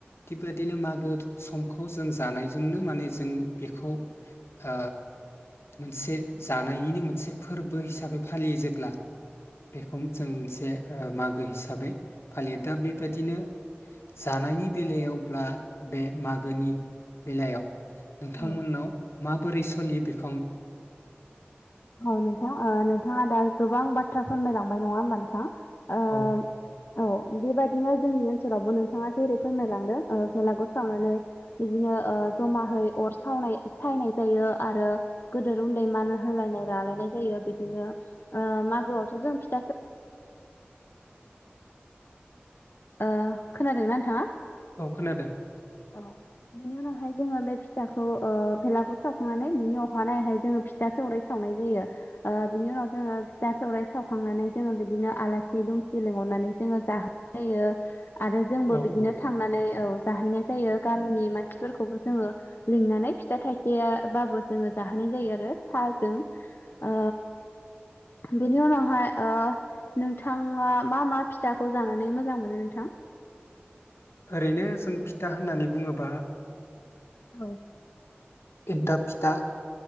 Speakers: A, on the left (about 85°); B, on the left (about 60°).
A: थिग बेबादिनो मागो सम खौ जों जानायजोंनो माने जों बेखौ ओ मोनसे जानायनिनो मोनसे फोरबो हिसाबै फालियो जेब्ला बेखौ जों मोनसे ओ मागो हिसाबै फालियो। दा बेबायदिनो जानायनि बेलायावब्ला बे मागोनि बेलायाव नोंथांमोननाव
B: औ
A: माबोरै सोलियो बे
B: औ नों थां नोंथाङा दा गोबां बा थ्रा फोरमायलांबाय नङा होनबा नोंथां? ओम
A: औ
B: औ बेबायदिनो जोंनि ओनसोलावबो नोंथाङा जेरै फोरमायलांदों ओ बेलागुर सावनानै बिदिनो ओ जमाहै अर सावनाय सायनाय जायो आरो गोदोर उन्दै मान होलायनाय लालायनाय जायो बिदिनो ओ मागोआवथ' जों फिथासो ओ खोनादोंना नोंथाङा?
A: औ खोनादों।
B: औ बिनि उनावहाय जोङो बे फिथाखौ ओ भेलागुर सावखांनानै बिनि अखानायैहाय जोङो फिथा सौराइ सावनाय जायो। ओ बिनि उनाव जोङो फिथा सौराइ सावखांनानै जोङो बिदिनो आलासि दुमसि लिंहरनानै जोङो जाहो यो। आरो जोंबो
A: औ
B: बिदिनो
A: औ
B: थांनानै औ। जाहैनाय जायो गामिनि मानसिफोरखौबो जोङो लिंनानै फिथा थाइसे बाबो जोङो जाहोनाय जायो आरो साहाजों। ओ बेनि उनावहाय ओ नोंथाङा मा मा फिथाखौ जानानै मोज जां मोनो नोंथां?
A: ओरैनो जों फिथा होननानै बुङोबा
B: औ।
A: एनथाब फिथा